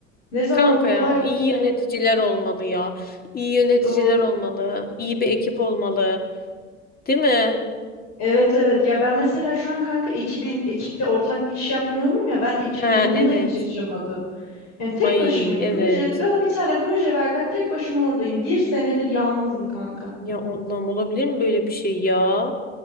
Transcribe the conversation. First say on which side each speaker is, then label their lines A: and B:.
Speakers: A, on the left; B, on the left.
A: Ne zaman
B: Kanka
A: kolay
B: ya
A: olacak?
B: iyi yöneticiler olmalı ya. İyi yöneticiler
A: Doğru.
B: olmalı. İyi bir ekip olmalı. Değil mi?
A: Evet evet ya ben mesela şu an kanka ekibin ekiple ortak bir iş yapmıyorum ya ben ekip
B: He evet.
A: ruhunu da hiç yaşamadım. Yani tek
B: Ay
A: başımayım.
B: evet.
A: Projede bana bir tane proje verler tek başıma oradayım. Bir senedir yalnızım kanka.
B: Ya Allah'ım olabilir mi böyle bir şey ya?